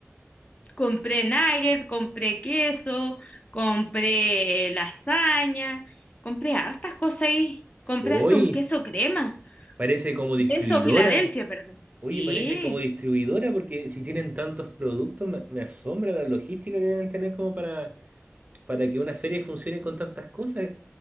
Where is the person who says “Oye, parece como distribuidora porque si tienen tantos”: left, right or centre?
Right